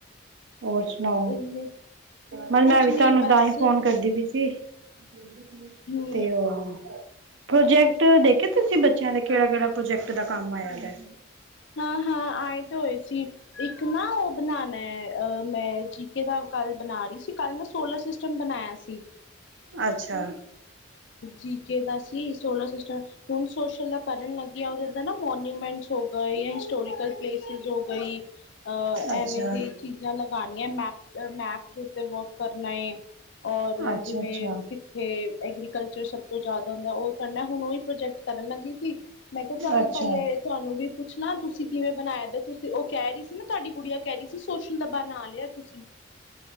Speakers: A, on the right; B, on the left.
A: ਹੋਰ ਸੁਣਾਓ।
B: ਇਹਨੇ
A: ਮਲ
B: ਕੁਛ
A: ਮੈਂ ਵੀ
B: ਨੀ
A: ਤੁਹਾਨੂੰ
B: ਬਸ
A: ਤਾਂ ਹੀ ਫੋਨ ਕਰਦੀ ਪੀ ਸੀ। <inaudible>
B: ਹਮ
A: ਤੇ ਉਹ ਪ੍ਰੋਜੈਕਟ ਦੇਖੇ ਤੁਸੀਂ ਬੱਚਿਆਂ ਦੇ ਕਿਹੜਾ- ਕਿਹੜਾ ਪ੍ਰੋਜੈਕਟ ਦਾ ਕੰਮ ਆਇਆ ਹੈ।
B: ਹਾਂ, ਹਾਂ ਆਏ ਤੇ ਹੋਏ ਸੀ। ਇੱਕ ਨਾ ਉਹ ਬਣਾਨਾ ਹੈ ਅ ਮੈਂ ਜੀਕੇ ਦਾ ਕੱਲ ਬਣਾ ਰਹੀ ਸੀ। ਕੱਲ ਮੈਂ ਸੋਲਰ ਸਿਸਟਮ ਬਣਾਇਆ ਸੀ।
A: ਅੱਛਾ।
B: ਜੀਕੇ ਦਾ ਸੀ ਸੋਲਰ ਸਿਸਟਮ। ਹੁਣ ਸੋਸ਼ਲ ਦਾ ਕਰਨ ਲੱਗਿਆ ਉਹ ਨਾ ਮੋਨੂਮੈਂਟ ਗਏ ਜਾਂ ਹਿਸਟੋਰੀਕਲ ਪਲੇਸਿਸ ਹੋ ਗਈ ਅ
A: ਅੱਛਾ
B: ਐਵੇਂ ਦੀ ਚੀਜ਼ਾਂ ਲਗਾਣੀ। ਯਾਂ, ਮੈਪ- ਮੈਪ। ਉੱਤੇ ਵੋਕ ਕਰਨਾ ਏ। ਔਰ
A: ਅੱਛਾ
B: ਜਿਵੇਂ
A: ਅੱਛਾ
B: ਕਿੱਥੇ ਐਗਰੀ ਕਲਚਰ ਸਭ ਤੋਂ ਜ਼ਿਆਦਾ ਹੁੰਦਾ ਉਹ ਕਰਨਾ ਹੁਣ ਉਹੀ ਪ੍ਰੋਜੈਕਟ ਕਰਨ ਲੱਗੀ ਸੀ। ਮੈਂ ਕਿਹਾ ਚੱਲ
A: ਅੱਛਾ
B: ਪਹਿਲੇ ਤੁਹਾਨੂੰ ਵੀ ਪੁੱਛਲਾ। ਤੁਸੀਂ ਕਿਵੇਂ ਬਣਾਇਆ ਦੇ ਤੁਸੀਂ ਉਹ ਕਹਿ ਰਹੀ ਸੀ ਨਾ ਤੁਹਾਡੀ ਗੁੜੀਆਂ ਕਹਿ ਰਹੀ ਸੀ ਸੋਸ਼ਲ ਦਾ ਬਾਨਾ ਆ ਲਿਆ। ਤੁਸੀਂ